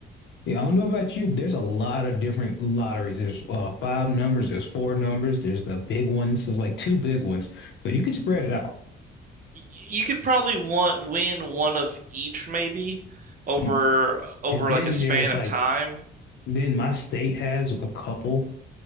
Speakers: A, on the left; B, on the right.
A: Yeah, I don't know about you, but there's a lot of different lotteries. There's uh, five numbers, there's four numbers, there's the big ones. There's like two big ones. So you can spread it out. <clears throat>
B: Y- You could probably want win one of each maybe over
A: Mm.
B: over
A: And then
B: like a span
A: there's
B: of
A: like,
B: time.
A: then my state has a couple.